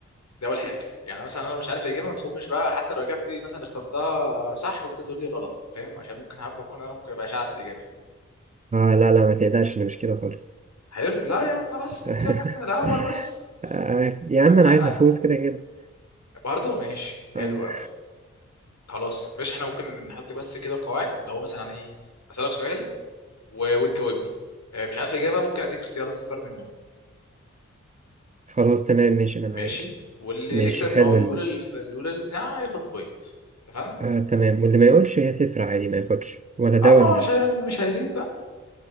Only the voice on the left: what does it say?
دي اول حاجه يعني مثلا انا مش عارف الاجابه ما تخمش بقى حتى لو اجابتي مثلا اخترتها صح وانت تقول لي غلط فاهم عشان ممكن هبقى اكون انا ممكن ابقاش عارف الاجابه
حلو لا يا عم انا بس بتفق
معاك من الاول بس
بما
ان
احنا
برضه ماشي حلو
قوي خلاص ماشي احنا ممكن نحط بس كده القواعد اللي هو مثلا ايه اسالك سؤال و... وتجاوبني آه، مش عارف الاجابه ممكن اديك اختيارات تختار منهم
ماشي
واللي
يكسب
او يقول
الف... اللي يقول البتاع ياخد بوينت اتفقنا
اه ما
هو مش
هي... مش هيزيد بقى